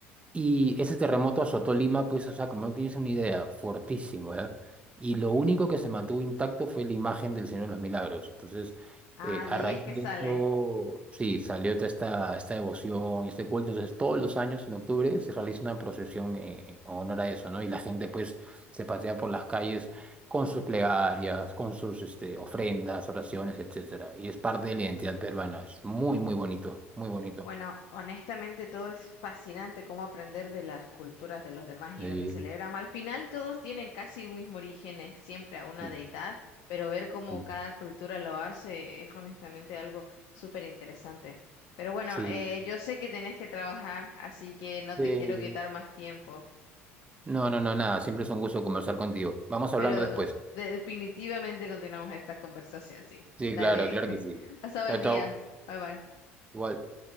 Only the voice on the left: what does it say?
Ah,
de
ahí
es que
sale.
Bueno, honestamente todo es fascinante cómo aprender de las culturas de los demás y
lo que celebran. Al final todos tienen casi un mismo origen, es siempre a una
deidad, pero ver cómo
cada cultura lo hace es honestamente algo súper interesante. Pero bueno,
eh, yo sé que tenés que trabajar, así que no
te quiero quitar más tiempo.
Pero
de- definitivamente continuamos esta conversación, sí.
Dale.
<laughs>
Pasa buen
día. Bye bye.